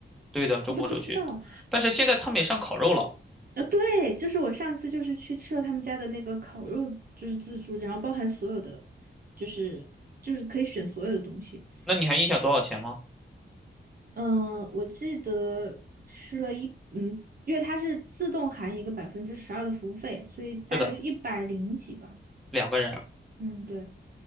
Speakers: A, in the centre; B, on the right.
A: 对的，周末时候去，
B: 我都不知道，
A: 但是现在他们也上烤肉了，
B: 啊，对，就是我上次就是去吃了他们家的那个烤肉，就是自助，然后包含所有的，就是就是可以选所有的东西。
A: 那你还印象多少钱吗？
B: 嗯，我记得吃了一嗯，因为它是自动含一个百分之十二的服务费，所以大概就一百零几吧。
A: 是的，两个人。
B: 嗯，对，